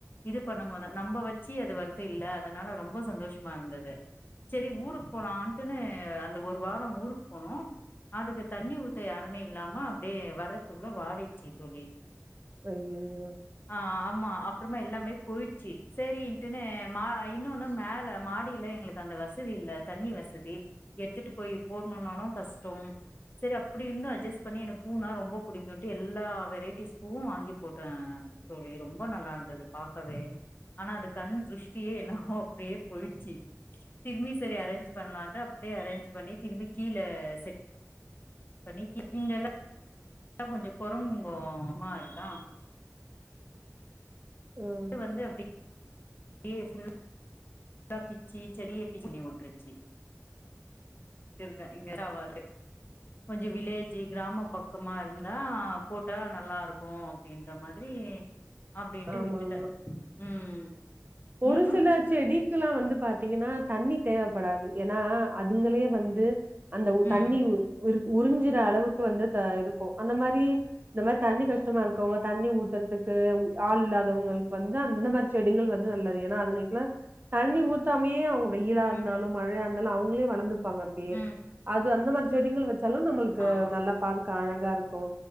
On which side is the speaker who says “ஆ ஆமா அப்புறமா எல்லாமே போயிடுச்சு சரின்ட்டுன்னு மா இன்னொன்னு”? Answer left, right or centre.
Left